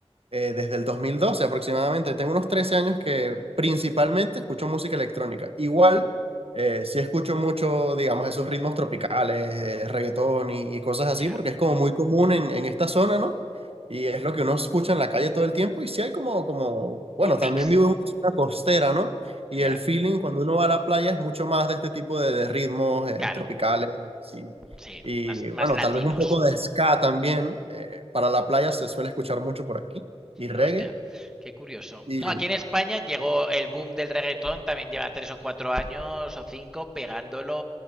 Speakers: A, on the right; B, in the centre.
A: eh, desde el 2012 aproximadamente. Tengo unos 13 años que principalmente escucho música electrónica. Igual, eh, sí escucho mucho, digamos, esos ritmos tropicales, eh, reggaetón y, y cosas así,
B: Ya. Yeah.
A: porque es como muy común en, en esta zona, ¿no? Y es lo que uno escucha en la calle todo el tiempo. Y sí hay como, como, bueno,
B: Un
A: también
B: mix.
A: vivo en una zona costera, ¿no? Y
B: Ya. Yeah.
A: el feeling cuando uno va a la playa es mucho más de este tipo de, de ritmos eh,
B: Claro.
A: tropicales. sí.
B: Sí.
A: Y
B: Más, más
A: bueno,
B: latinos.
A: tal vez un poco de ska también. eh, para la playa se suele escuchar mucho por aquí y reggae.
B: Hostia, qué curioso.
A: Y
B: No, aquí en España llegó el boom del reggaetón, también lleva tres o cuatro años o cinco pegándolo